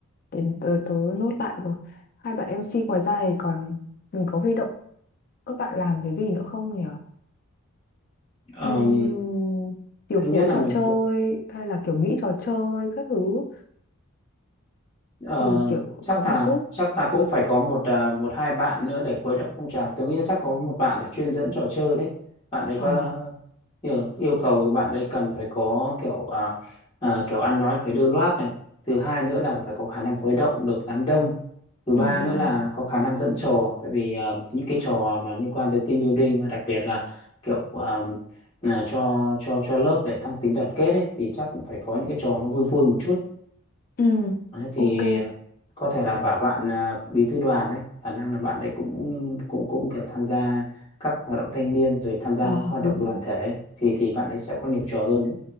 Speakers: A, on the left; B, on the left.
A: để tớ, tớ nốt lại rồi hai bạn MC ngoài ra thì còn mình có huy động các bạn làm cái gì nữa không nhỉ
B: Ờm,
A: Ừm, điều
B: thứ nhất
A: phối
B: là
A: trò
B: mình
A: chơi hay là kiểu nghĩ trò chơi các thứ
B: Ờ,
A: thì kiểu
B: chắc
A: có một
B: là
A: group
B: chắc là cũng phải có một à, một hai bạn nữa để khuấy động phong trào. Tôi nghĩ là chắc có một bạn để chuyên dẫn trò chơi đấy. Bạn ấy
A: ờ
B: có kiểu, yêu cầu bạn ấy cần phải có kiểu à, à, kiểu ăn nói phải lưu loát này. Thứ hai nữa là phải có khả năng khuấy động được đám đông. Thứ
A: ừ
B: ba
A: ừ
B: nữa là
A: ừ
B: có khả năng dẫn trò. Tại vì à, những cái trò mà liên quan tới team building và đặc biệt là kiểu à, à, cho cho cho lớp để tăng tính đoàn kết ấy thì chắc cũng phải có những cái trò nó vui vui một chút
A: ừ
B: Đấy, thì
A: ok
B: ờ, có thể là bảo bạn à, bí thư đoàn đấy khả năng là bạn ấy cũng cũng cũng kiểu tham gia các hoạt động thanh niên rồi tham gia
A: ờ
B: các hoạt
A: đúng
B: động đoàn thể ấy. thì thì bạn ấy sẽ có nhiều trò hơn đấy